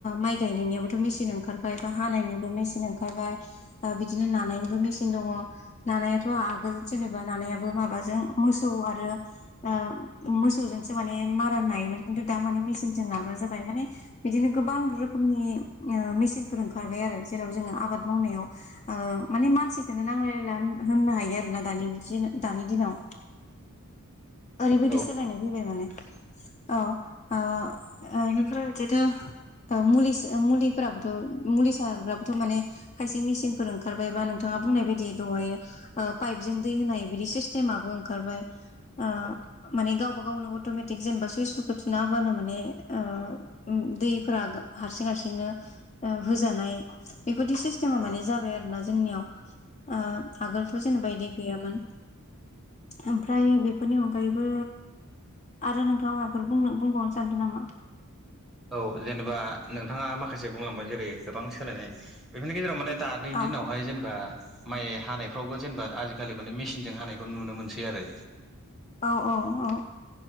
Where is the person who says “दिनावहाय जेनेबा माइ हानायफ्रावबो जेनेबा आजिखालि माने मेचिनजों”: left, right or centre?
Centre